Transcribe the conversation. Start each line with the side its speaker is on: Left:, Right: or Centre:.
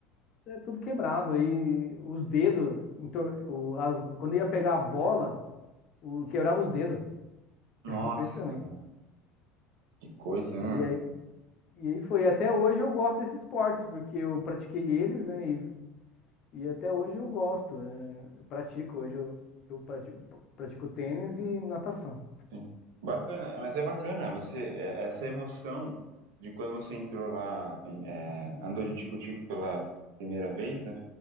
Left: é tudo quebrado. Aí os dedos, então, o- as- quando ia pegar a bola, o, quebrava os dedos.
Right: Nossa,
Left: <laughs> Impressionante.
Right: cara, que coisa,
Left: E
Right: né?
Left: aí, e aí foi. Até hoje eu gosto desses esportes, porque eu pratiquei eles, né? E, e até hoje eu gosto. é, eu pratico. Hoje eu, eu pratico, pratico tênis e natação.
Right: Sim. Bacana, mas é bacana você é- essa emoção de quando você entrou lá, em- é, andou de tico-tico pela primeira vez, né?